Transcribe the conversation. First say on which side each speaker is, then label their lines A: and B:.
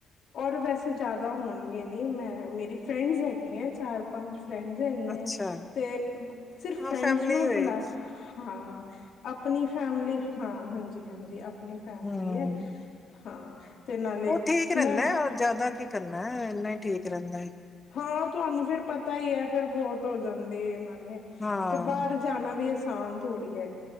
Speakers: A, on the left; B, on the left.
A: ਔਰ ਵੈਸੇ ਜ਼ਿਆਦਾ ਹੋਣਗੇ ਨੀ ਮੈਂ ਮੇਰੀ ਫਰੈਂਡਸ ਹੈਗੀ ਹੈ ਚਾਰ ਪੰਜ ਫਰੈਂਡਸ ਹੈਗ ਹੈ
B: ਅੱਛਾ
A: ਤੇ ਸਿਰਫ
B: ਹਾਂ
A: ਫਰੈਂਡਸ
B: ਫੈਮਲੀ
A: ਨੂੰ ਹੀ
B: ਹੋਏ
A: ਭੁਲਾਇਆ ਹਾਂ ਆਪਣੀ ਫੈਮਲੀ ਹਾਂ ਹਾਂਜੀ ਹਾਂਜੀ ਆਪਣੀ ਫੈਮਲੀ
B: ਹੂੰ
A: ਹੈ ਹਾਂ ਤੇ ਨਾਲੇ
B: ਉਹ ਠੀਕ
A: ਮੈਂ
B: ਰਹਿੰਦਾ ਜ਼ਿਆਦਾ ਕੀ ਕਰਨਾ ਇੰਨਾ ਠੀਕ ਰਹਿੰਦਾ ਹੈ
A: ਹਾਂ ਤੁਹਾਨੂੰ ਫੇਿਰ ਪਤਾ ਹੀ ਹੈ ਫੇਿਰ ਬਹੁਤ ਹੋ ਜਾਂਦੇ ਇਹ ਨਾਲੇ
B: ਹਾਂ
A: ਫਰ ਬਾਹਰ ਜਾਣਾ ਵੀ ਅਂ ਹਾਂ ਥੋੜੀ ਐ